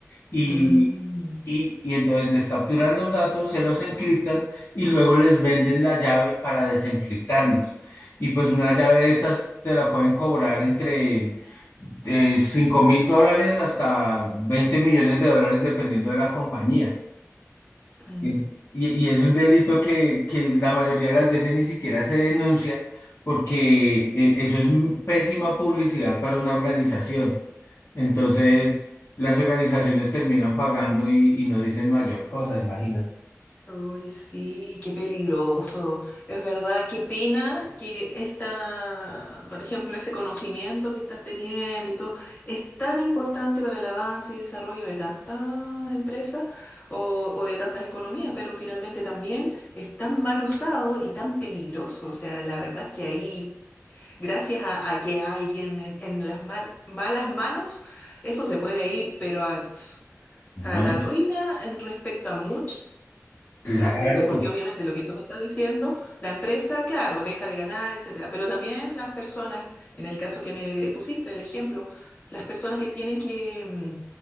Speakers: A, on the left; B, on the left.
A: Y,
B: mm.
A: y, y entonces les capturan los datos, se los encriptan y luego les venden la llave para desencriptarlos. Y pues una llave de estas te la pueden cobrar entre de 5 mil dólares hasta 20 millones de dólares dependiendo de la compañía.
B: Mm,
A: Y, y- y es un delito que, que la mayoría de las veces ni siquiera se denuncia porque eh, eso es m- pésima publicidad para una organización. Entonces,
B: mm.
A: las organizaciones terminan pagando y, y no dicen mayor cosa, imagínate.
B: Uy, sí, qué peligroso. Es verdad, qué pena que esta, por ejemplo, ese conocimiento que estás teniendo y todo es tan importante para el avance y desarrollo de tantas empresas o, o de tantas economías, pero finalmente también es tan mal usado y tan peligroso. O sea, la verdad es que ahí, gracias a, a que alguien en, en las mal- malas manos, eso se puede ir, pero a, pf,
A: No,
B: a la ruina en respecto a mucho
A: claro,
B: muchos aspectos, porque obviamente lo que tú me estás diciendo, la empresa, claro, deja de ganar, etcétera, pero también las personas, en el caso que me pusiste, el ejemplo, las personas que tienen que, mm,